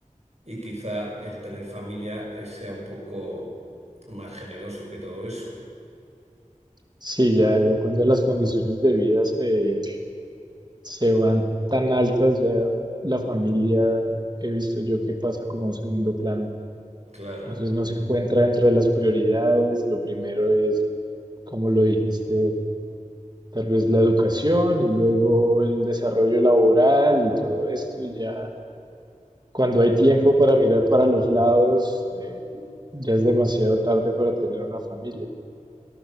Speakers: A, on the right; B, on the right.
A: Y quizá el tener familia eh, sea un poco más generoso que todo eso.
B: Sí, ya, ya cuando las condiciones de vida se, se van tan altas, ya la familia he visto yo que pasa como a un segundo plano.
A: Claro,
B: Entonces no se encuentra dentro de las prioridades. Lo primero es, como lo dijiste, tal vez la educación y luego el desarrollo laboral y todo esto y ya Cuando hay tiempo para mirar para los lados, eh, ya es demasiado tarde para tener una familia.